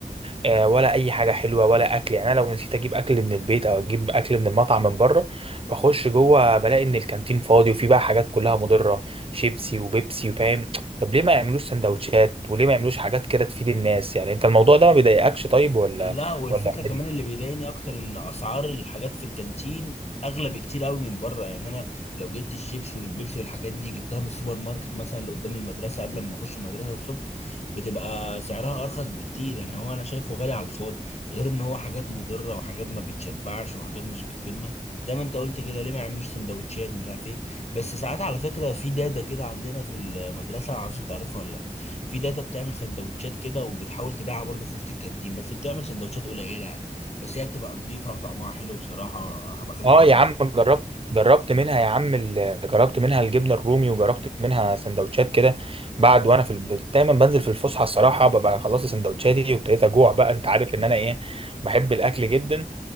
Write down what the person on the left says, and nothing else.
لا والفكره
كمان
اللي بيضايقني اكتر ان اسعار الحاجات في الكانتين اغلى بكتير قوي من بره يعني انا لو جبت الشيبسي والبيبسي والحاجات دي جبتها من السوبر ماركت مثلا اللي قدام المدرسه قبل ما اخش المدرسه الصبح بتبقى سعرها ارخص بكتير يعني هو انا شايفه غالي على الفاضي غير ان هو حاجات مضره وحاجات ما بتشبعش وحاجات مش بتفيدنا زي ما انت قلت كده ليه ما يعملوش سندوتشات مش عارف ايه بس ساعات على فكره في داده كده عندنا في المدرسه معرفش انت عارفها ولا لا في داتا بتعمل سندوتشات كده وبتحاول تبيعها برضه في وسط الكانتين بس بتعمل سندوتشات قليله يعني بس هي بتبقى نظيفه وطعمها حلو بصراحه هبقى اخليك
تجربها